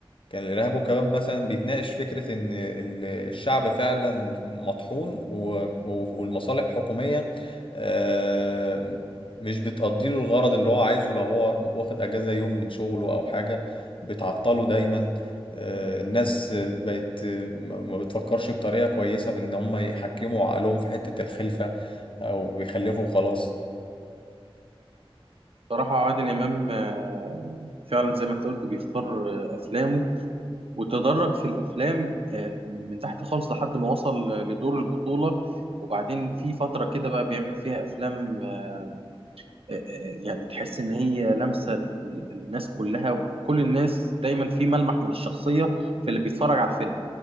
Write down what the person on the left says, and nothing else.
كان الإرهاب والكباب مثلا بيتناقش فكرة إن ال- الشعب فعلا مطحون و- و- والمصالح الحكومية آه، مش بتقضي له الغرض اللي هو عايزه لو هو واخد أجازة يوم من شغله أو حاجة بتعطله دايما آه، الناس بقت ما ما بتفكرش بطريقة كويسة في إن هم يحكموا عقلهم في حتة الخلفة أو بيخلفوا وخلاص